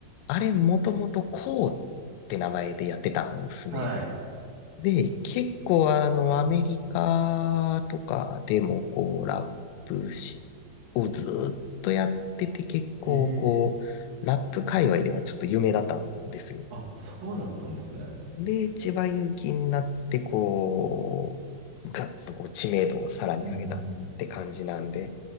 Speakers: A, on the left; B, on the right.
A: あれ、もともとこうって名前でやってたんですね。
B: はい。
A: で、結構あの、アメリカとかでもこう、ラップしをずーっとやってて結構こう、
B: へえ。
A: ラップ界隈ではちょっと有名だったんですよ。
B: あ、そうだったんですね。
A: で、千葉祐希になって、こう、ガッとこう知名度をさらに上げたって感じなんで、
B: うんうんうん。